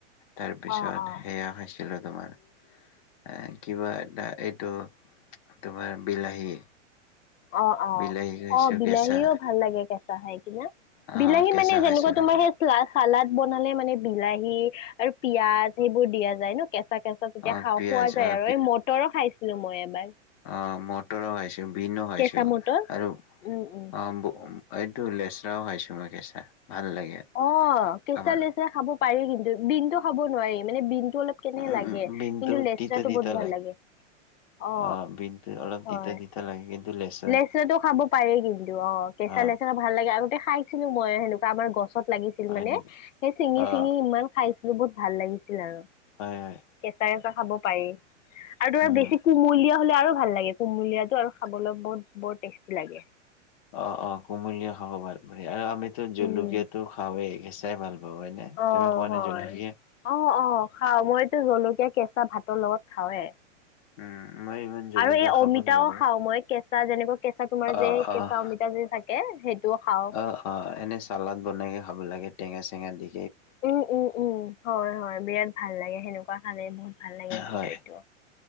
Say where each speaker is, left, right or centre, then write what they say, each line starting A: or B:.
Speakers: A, on the left (about 30°); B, on the left (about 75°).
A: তাৰপিছত
B: অ', অ'।
A: সেয়া খাইছো। লো, তোমাৰ কিবা এটা, এইটো তোমাৰ বিলাহী।
B: অ, অ,
A: বিলাহী খাইছোঁ
B: অ, বিলাহীও
A: কেঁচা
B: ভাল লাগে, কেঁচা খাই কিনা।
A: অহ
B: বিলাহী
A: কেঁচা
B: মানে যেনেকুৱা,
A: খাইছিলোঁ
B: তোমাৰ সেই চালাদ বনালে মানে, বিলাহী আৰু পিয়াজ সেইবোৰ দিয়া যায় ন, কেঁচা-কেঁচা। তেতিয়া
A: অহ
B: খাওঁ,
A: পিয়াজ
B: খোৱা যায়
A: অহ
B: আৰু এই মটৰো খাইছিলো মই এবাৰ।
A: অ, মটৰো খাইছো, বিনো খাইছো
B: কেঁচা মটৰ
A: আৰু অ,
B: উম, উম।
A: ব এইটো লেচৰাও খাইছো, মই কেঁচা ভাল লাগে।
B: অহ, কেঁচা
A: আমাৰ
B: লেচাৰা খাব পাৰি কিন্তু, বিনটো খাব নোৱাৰি মানে বিনটো অলপ কেনে
A: উম
B: লাগে,
A: বিনটো
B: কিন্তু লেচৰাটো
A: তিতা তিতা
B: বহুত ভাল লাগে। অ,
A: অহ বিনটো অলপ
B: হয়।
A: তিতা তিতা লাগে, কিন্তু লেচেৰা
B: লেচেৰাটো খাব পাৰি কিন্তু অ, কেঁচা
A: অহ
B: লেচেৰা ভাল লাগে আগতে খাইছিলো মই, এনেকুৱা আমাৰ গছত লাগিছিল
A: হয়
B: মানে,
A: নেকি
B: সেই চিঙি
A: অহ
B: চিঙি ইমান খাইছ বহুত ভাল লাগিছিল, আৰু।
A: হয়, হয়।
B: কেঁচা, কেঁচা খাব পাৰি আৰু ধৰা
A: উম
B: বেছি কুমলীয়া হ'লে আৰু ভাল লাগে, কুমলীয়াটো আৰু খাবলৈ বৰ, বৰ টেষ্টি লাগে।
A: অ, অ, কুমলীয়া খাব ভাল পাই আৰু আমিতো জলকীয়াটো
B: উম
A: খাওৱেই কেঁচাই ভাল পাওঁ হয় নে?
B: অ, হয়,
A: জলকীয়া?
B: অ, অ, খাও মই এইটো জলকীয়া কেঁচা ভাতৰ লগত খাওৱে।
A: উম, মই ইমান জলকীয়া
B: আৰু এই অমিতাও
A: খাব নোৱাৰোঁ।
B: খাওঁ, মই কেঁচা তাৰ, যেনেকুৱা কেঁচা তোমাৰ
A: অ',
B: যে,
A: অ'।
B: কেঁচা অমিতা যে থাকে, সেইটোও খাওঁ।
A: অ, হয়। এনেই চালাদ বনাই খাব লাগে, টেঙা-চেঙা দি।
B: উম, উম, উম, হয়, হয়, বিৰাট ভাল লাগে, সেনেকুৱা খালে বহুত ভাল লাগে কিন্তু
A: হয়,
B: এইটো।